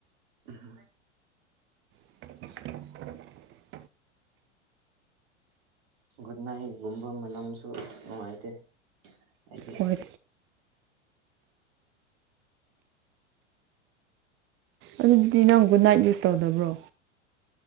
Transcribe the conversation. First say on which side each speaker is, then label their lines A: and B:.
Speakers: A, on the right (about 60°); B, on the right (about 35°).
A: ꯎꯝ
B: <unintelligible>
A: ꯒꯨꯠꯅꯥꯏꯠꯒꯨꯝꯕ ꯃꯅꯝꯁꯨ ꯅꯨꯡꯉꯥꯏꯇꯦ ꯍꯥꯏꯗꯤ
B: ꯍꯣꯏ ꯑꯗꯨꯗꯤ ꯅꯪ ꯒꯨꯠꯅꯥꯏꯠ ꯌꯨꯁ ꯇꯧꯗꯕ꯭ꯔꯣ